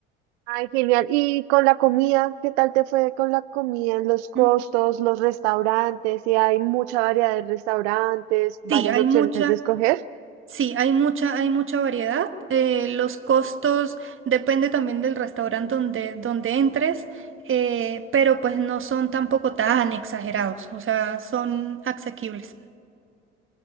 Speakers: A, on the right (about 70°); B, on the right (about 35°).
A: ay, genial. ¿Y con la comida? ¿Qué tal te fue con la comida? Los costos,
B: Mm.
A: los restaurantes, si hay mucha variedad de restaurantes, varias
B: Sí, hay
A: opciones
B: mucha,
A: de escoger.
B: sí, hay mucha, hay mucha variedad. Eh, los costos depende también del restaurante donde, donde entres, eh, pero pues no son tampoco tan exagerados, o sea, son asequibles.